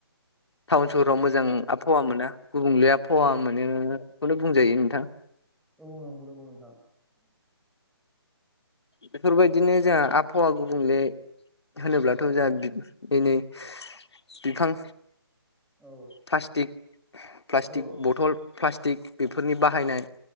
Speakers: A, on the left (about 85°); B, in the centre.
A: टाउन सहराव मोजां आबहावा मोना गुबुंले आ फावा
B: औ नंगौ
A: मोनोखौनो
B: नोंथां
A: बुंजायो नोंथां।
B: औ नोंगौ नोंगौ नोंथां।
A: बेफोरबायदिनो जोंहा आबहावा गुबुंले होनोब्लाथ'
B: औ
A: जोंहा बि एनै बिफां
B: औ
A: प्लास्टिक प्लास्टिक
B: औ औ
A: बथल प्लासटिक बेफोरनि बाहायनाय।